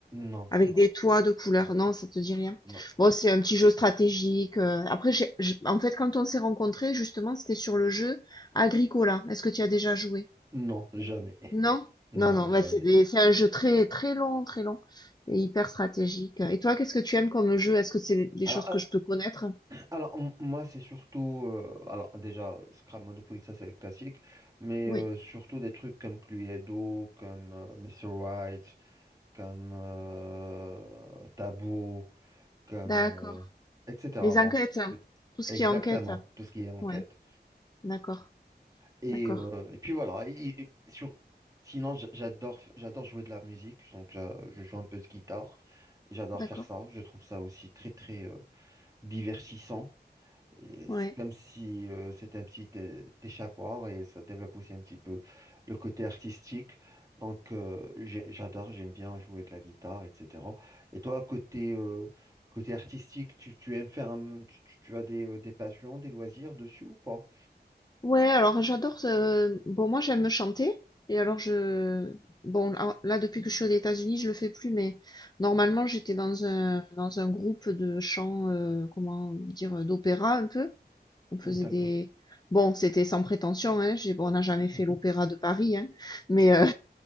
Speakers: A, on the right; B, on the left.
A: Non,
B: Avec
A: non,
B: des toits de couleurs,
A: ouais,
B: non, ça te dit rien?
A: non,
B: Bon, c'est un petit jeu stratégique. euh, Après, j'ai, j'ai- en fait, quand on s'est rencontrés, justement, c'était sur le jeu Agricola. Est-ce que tu y as déjà joué?
A: non, jamais,
B: Non?
A: non,
B: Non, non,
A: jamais.
B: bah, c'est des- c'est un jeu très, très long, très long et hyper stratégique. Et toi, qu'est-ce que tu aimes comme jeu? Est-ce que c'est des des
A: Alors,
B: choses que je peux connaître?
A: Alors, m- moi, c'est surtout. euh, alors, déjà, Scrap Monopoly, ça, c'est le classique. Mais
B: Oui,
A: euh, surtout des trucs comme Cluedo, comme euh, Mr. White, comme euh, Tabou, comme.
B: d'accord.
A: euh, etc.
B: Les
A: Bon,
B: enquêtes, hein,
A: c'est-
B: tout ce
A: exactement,
B: qui est enquête. hein.
A: tout ce qui est enquête.
B: Ouais, d'accord,
A: Et,
B: d'accord,
A: euh, et puis voilà. Et- et sur... Sinon, j- j'adore f- j'adore jouer de la musique. Donc, j'a- je joue un peu de guitare. Et j'adore
B: d'accord.
A: faire ça. Je trouve ça aussi très, très euh, divertissant. Et
B: Ouais.
A: c'est comme si euh, c'était un petit euh, échappatoire et ça développe aussi un petit peu le côté artistique. Donc euh, j'ai- j'adore, j'aime bien jouer de la guitare, etc. Et toi, côté, euh, côté artistique, tu, tu aimes faire un, tu, tu- tu as des, euh, des passions, des loisirs dessus ou pas?
B: Ouais, alors j'adore. euh, Bon, moi j'aime chanter. Et alors je. Bon, là, là, depuis que je suis aux États-Unis, je le fais plus, mais normalement j'étais dans un, dans un groupe de chant, euh, comment dire, euh, d'opéra un peu. On faisait
A: D'accord.
B: des. Bon, c'était sans prétention, hein. J'ai... bon, on n'a jamais fait
A: <laughs>
B: l'opéra de Paris, hein. Mais, euh,